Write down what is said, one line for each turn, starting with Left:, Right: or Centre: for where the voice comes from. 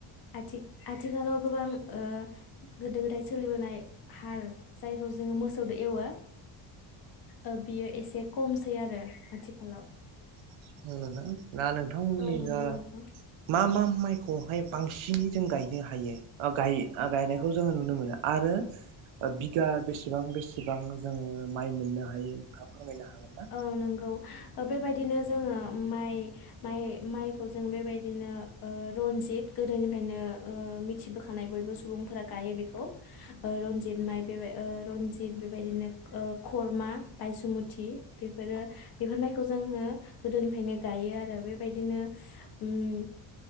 Left: आथि आथिखालाव गोबां ओ गोदो गोदाय सोलिबोनाय हाल जायखौ जोङो मोसौदो एवो ओ बियो एसे खमसै आरो आथिखालाव।
Right: <unintelligible> दा नोंथांमोननि
Left: औ नंगौ
Right: जा
Left: नोंथां
Right: मा मा माइखौहाय बांसिनै जों गायनो हायो। ओ गायो गायनायखौ जोङो नुनो मोना। आरो बिगा बेसेबां बेसेबां जों माय मोननो हायो? नोंथाङा फोरमायनो हागोन ना?
Left: औ नंगौ बेबायदिनो जोङो माय माय मायखौ जों बेबायदिनो ओ रनजित गोदोनिफ्रायनो ओ मिथिबोखानाय बयबो सुबुंफोरा गायो बेखौ ओ रनजित माय बेबाय ओ रनजित बेबायदिनो ओ खरमा बायसुमु थि बेफोरो बेफोर माइखौ जोङो गोदोनिफ्रायनो गायो आरो थि बेफोरो बेफोर माइखौ जोङो गोदोनिफ्रायनो गायो आरो बेबायदिनो ओम